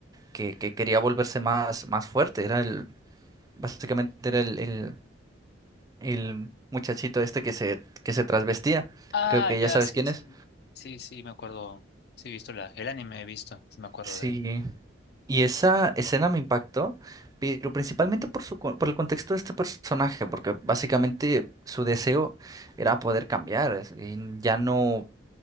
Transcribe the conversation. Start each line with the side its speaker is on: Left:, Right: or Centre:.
Right: que, que quería volverse más, más fuerte. Era el, Básicamente era el, el, el muchachito este que se, que se trasvestía.
Left: Ah,
Right: Creo que
Left: ya,
Right: ya sabes
Left: sí,
Right: quién
Left: sí.
Right: es.
Left: Sí, sí, me acuerdo. Sí, he visto la, el anime, he visto, sí me acuerdo
Right: Sí.
Left: de él.
Right: Y esa escena me impactó, pero principalmente por su, co- por el contexto de este personaje, porque básicamente su deseo era poder cambiar es- y ya no,